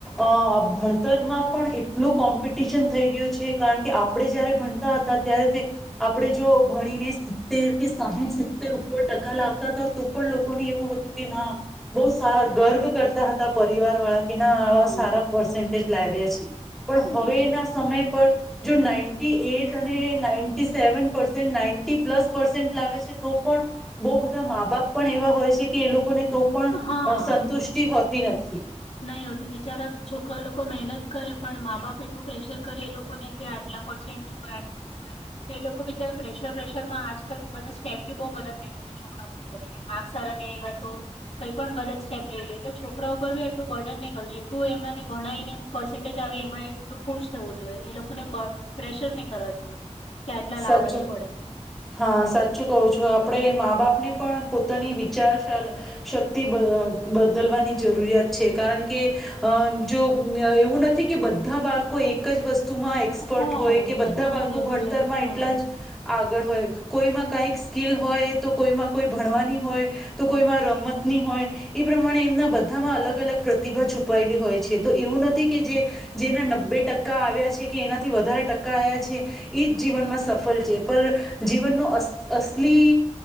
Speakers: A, in the centre; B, on the left.
A: અ ભણતરમાં પણ એટલુ કોમ્પિટિશન થઈ ગયો છે કારણ કે, આપણે જય્યારે ભણતા હતા ત્યારે, તે આપણે જો ભણીને સિત્તેર કે સાહીઠ સિત્તેર ઉપર ટકા લાવતા હતા તો પણ લોકો એવું હતું કે ના બહ સારા ગર્વ કરતા હતા પરિવાર વાળા. કે ના
B: હા
A: સારા પરસન્ટેજ લાવવે છે. પણ હવેના
B: એજ
A: સમય પર જો નાઇન્ટી એટ અને ninety seven percent ninety plus percent લાવે છે તો પણ, બો બધા મા બાપ પણ એવા હોય છે. કે એ લોકોને તો પણ
B: હા
A: સંતુષ્ટિ હોતી નથી. <inaudible>
B: નહી હોતી બિચારા છોકરા લોકો મહેનત કરે પણ મા બાપ એટલું પ્રેશર કરે એ લોકોને કે આટલા પર્સેન્ટ જુએ આટલો જુએ, તો એ લોકો બિચારા પ્રેશર પ્રેશર માં આજકાલ બધા સ્ટેપ બી બહુ ગલત લેતાા છે છોકરા લોકો કે માર્ક સારા નેં એવા તો, કંઈ પણ ગલત સ્ટેપ લઈ લે એટલે છોકરાઓ પર બ એટલું બર્ડન નહી કરવ એટલું એમનાથી ભણને પર્સન્ટેજ આવે એમાં એટલું ખુશ થવું જોઈએ એ લોકોને પ્રેશર નહી કરવા જોઈએ. કે આટલા
A: સચ,
B: લાવવા જ પડે
A: હા સાચું કવ છું આપડે મા બાપને પણ પોતાની વિચાર શક્તિ બદલવાની જરૂરિયાત છે કારણ કે, અ જો એવું નથી કે બધા બાળકો એક જ વસ્તુ વસ્તુમાં એક્સપર્ટ
B: હા
A: હોય કે
B: બધાના
A: બધા બાળકો
B: અલગ
A: ભણ
B: અલગ
A: એટલા
B: હા
A: જ આગળ હોય, કોઈમાં કઈક સ્કીિલ હોય તો કોઈમાં કોઈ ભણવાની હોય, તો કોઈમાં રમતની હોય એ પ્રમાણે એમના બધામાં અલગ અલગ પ્રતિભા છુપાયેલી હોય છે તો એવું નથી કે જે, જેના નબ્બે ટકા આવ્યા છે કે એનાથી વધારે ટકા આવ્યા છે. એ જ જીવનમાં સફળ છે પર, જીવનનો અસ અસલી